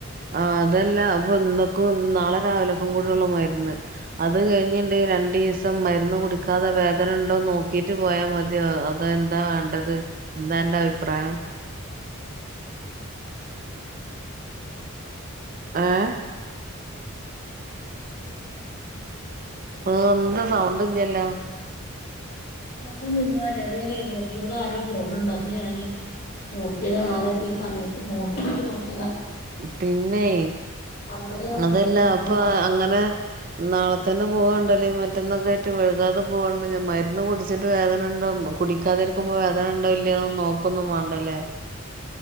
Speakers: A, on the right (about 40°); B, on the left (about 45°).
A: ആഹ് അതല്ല അപ്പൊ ഇന്നക്കും നാളെ രാവിലക്കും കൂടെ ഒള്ളു മരുന്ന് അത് കഴിഞ്ഞിണ്ട് രണ്ടീസം മരുന്ന് കുടിക്കാതെ വേദന ണ്ടോ നോക്കിട്ട് പോയാമതിയൊ അ പ്പെന്താ വേണ്ടത് എന്താ അന്റെ അഭിപ്രായം ഏഹ്
B: ഉം
A: ആഹ് ന്താ സൗണ്ട് ല്ല്യല്ലോ
B: കൊഴപ്പൊന്നൂല്ലോലേ അത ഞാനെ റോട്ടിലൂടെ ആരോ പോണണ്ട് അപ്പൊ ഞാന് നോക്കിയതാണ് ആരാ ഇപ്പി സമയത്ത് പോണത് നോക്കി
A: പിന്നേയ്
B: പന്തല് കണ്ടിട്ട്
A: അതല്ല
B: പോയതാണ്
A: അപ്പൊ അങ്ങനെ നാളെത്തന്നെ പോവണ്ടല്ലേ മറ്റന്നൊക്കെ ആയിട്ട് വഴുകാതെ പോവണ്ട് ഞ മരുന്ന് കുടിച്ചിട്ട് വേദനണ്ടോ മ്മ കുടിക്കാതിരിക്കുമ്പോ വേദന ണ്ടോ ഇല്ലയൊന്നൊന്നും നോക്കൊന്നും വാണ്ടല്ലേ